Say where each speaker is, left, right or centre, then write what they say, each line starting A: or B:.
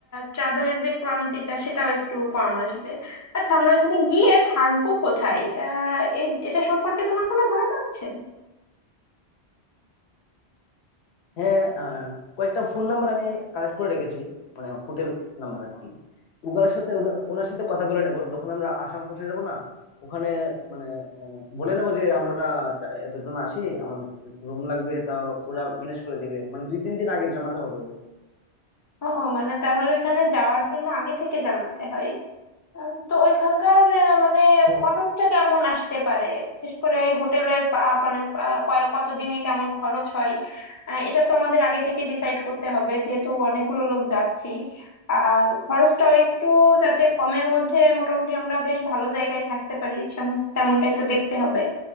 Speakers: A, on the left (about 25°); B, on the left (about 75°).
A: ট্রাভেলের যে ক্লান্তিটা সেটাও একটু কম আসবে আচ্ছা আমরা এখানে গিয়ে থাকবো কোথায় আহ এ- এটা সম্পর্কে তোমার কোনো ধারণা আছে
B: হ্যাঁ আহ, কয়েকটা ফোন নাম্বার আমি কালেক্ট করে রেখেছি মানে হোটেল নাম্বার আর কি উগার সাথে ওদের- ওনার সাথে কথা বলে নেবো যখন আমরা আসাম পৌঁছে যাবো না ওখানে মানে আহ, বলে নেবো যে আমরা চা- এতজন আছি আমাদের রুম লাগবে তাও ওরা ম্যানেজ করে দিবে মানে দুই তিন দিন আগে জানাতে হবে ওদের।
A: ও মানে তাহলে এখানে যাওয়ার জন্য আগে থেকে জানাতে হয় আহ, তো ওইখানকার আহ, মানে
B: হ্যাঁ
A: খরচটা কেমন আসতে পারে বিশেষ করে এই হোটেলের পা- মানে আহ, কয় কতদিনে কেমন খরচ হয় আহ, এটা তো আমাদের আগে থেকে ডিসাইড করতে হবে যেহেতু অনেকগুলো লোক যাচ্ছি আর খরচটাও একটু যাতে কমের মধ্যে মোটামুটি আমরা বেশ ভালো জায়গায় থাকতে পারি সেমন- তেমনটাই তো দেখতে হবে